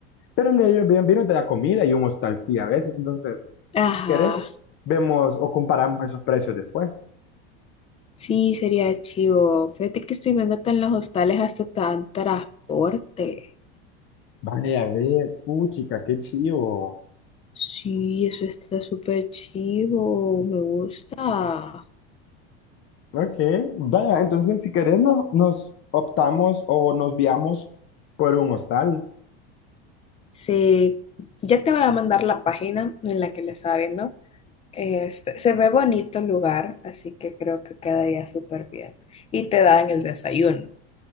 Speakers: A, on the left (about 40°); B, on the left (about 20°).
A: pero el Airbnb no te da comida y un hostal sí a veces. Entonces,
B: Ajá.
A: si querés, vemos o comparamos esos precios después.
B: Sí, sería chivo. Fíjate que estoy viendo que en los hostales hasta te dan transporte.
A: Vaya, a ver, puchica, qué chivo.
B: Sí, eso está súper chivo. Me gusta.
A: Ok, vaya, entonces si querés nos, nos optamos o nos viamos por un hostal.
B: Sí, ya te voy a mandar la página en la que la estaba viendo Este, se ve bonito el lugar, así que creo que quedaría súper bien. Y te dan el desayuno,